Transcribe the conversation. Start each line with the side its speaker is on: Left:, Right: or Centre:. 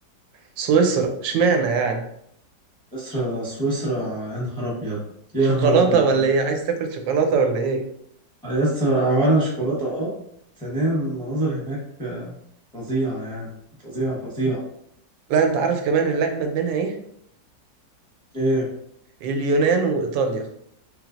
Right: سويسرا اشمعنى يعني
Centre: سويسرا سويسرا يا نهار ابيض يا
Right: شوكولاته
Centre: نهار ابيض
Right: ولا
Centre: على
Right: ايه
Centre: فكرة.
Right: عايز تاكل شوكولاته ولا ايه
Centre: يا اسطى اولا شوكولاته اه ثانيا المناظر هناك فظيعه يعني فظيعه فظيعه
Right: لا انت عارف كمان اللي اجمد منها ايه
Centre: ايه
Right: اليونان وايطاليا